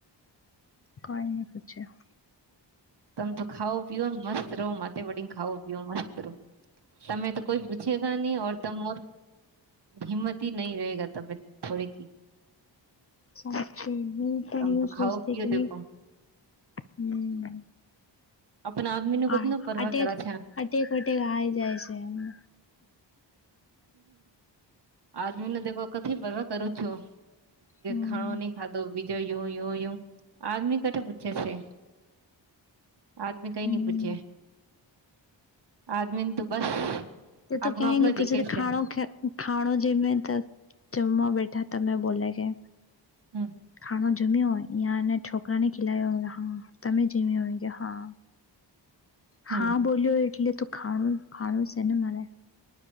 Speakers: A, on the left; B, on the right.
A: કઈ ન પૂછ્યો
B: તમ તો ખાવો પીવને મસ્ત રહો મા વડીને ખાવો પીવ મસ્ત રહો તમે તો કોઈ પૂછેગ નહી ઓર તમાર હિમત હ નહી રહેગ તમે થોડે ક
A: સા હ તોઓ
B: તમે તો
A: સોસ્તી
B: ખાઓ પીઓ
A: કે ન
B: દેખો
A: હમ
B: આપણા આદમી નું
A: હા
B: કતનું પરવા
A: અટેક
B: કરા છે
A: અટેક વટેક આઈ જાય છે એમને
B: આદમીને દખ વખ પરરવા કરું છું
A: હમ
B: ખાણો નહી ખાધો બી જો યું યું યું આદમી કઠ પૂછછે છે આદમી કઈ
A: હમ
B: નઈ પૂછે આદમીને તો બસ
A: તે
B: આપણો
A: તો ક્યાંય
B: આપણો
A: નહી પૂછે
B: દીખે છે
A: ખાણો ખાણો જેમે તો જમવા બેઠા તમે બોલે કે
B: હમ
A: ખાણો જમ્યો હોય અહં અને છોકરા ને ખિલાય હા તમે જેમ અ કે હા હા
B: હમ
A: બોલ્યો એટલે તો ખાણું ખાણું છે ને મારે